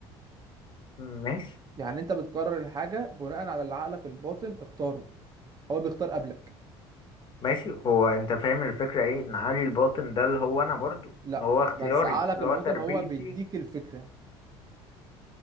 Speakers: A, on the left; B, on the right.
A: ماشي
B: يعني انت بتقرر الحاجه بناء على اللي عقلك الباطن اختاره هو بيختار قبلك
A: ماشي هو انت فاهم الفكرة ايه ان علي الباطن ده اللي هو انا برضو
B: لا
A: ان هو اختياري
B: بس عقلك
A: اللي
B: الباطن
A: هو تربيتي
B: هو بيديك الفكره